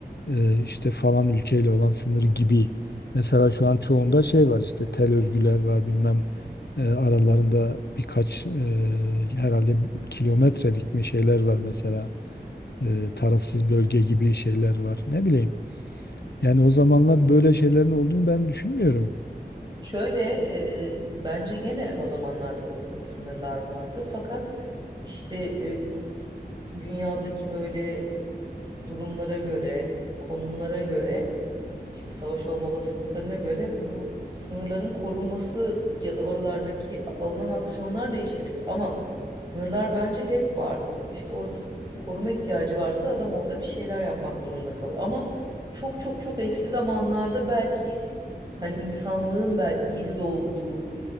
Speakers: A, on the left (about 75°); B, on the right (about 25°).
A: e, işte falan ülkeyle olan sınırı gibi mesela şu an çoğunda şey var işte tel örgüler var bilmem e, aralarında birkaç e, herhalde kilometrelik mi şeyler var mesela e, tarafsız bölge gibi şeyler var. Ne bileyim. Yani o zamanlar böyle şeylerin olduğunu ben düşünmüyorum.
B: Şöyle e, bence gene o zamanlarda sınırlar vardı fakat işte e, dünyadaki böyle durumlara göre, konumlara göre, işte savaş olma olasılıklarına göre bu sınırların korunması ya da oralardaki alınan aksiyonlar değişebilir. Ama sınırlar bence hep vardı. Ko- İşte orada s- koruma ihtiyacı varsa adam orada bir şeyler yapmak durumunda kalıyor. Ama çok çok çok eski zamanlarda belki Hani insanlığın belki yeni doğduğu